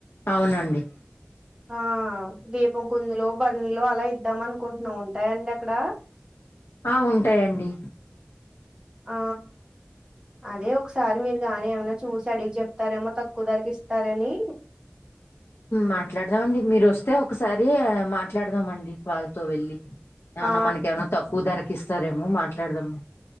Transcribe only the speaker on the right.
ఆ దీపం కుందులో బర్లో అలా ఇ ఇద్దాం అనుకుంటున్నాం ఉంటాయ అండి అక్కడ
ఆ అదే ఒకసారి మీరు గాని ఏమన్నా చూసి అడిగి చెప్తారేమో తక్కువ ధరకి ఇస్తారని
ఆ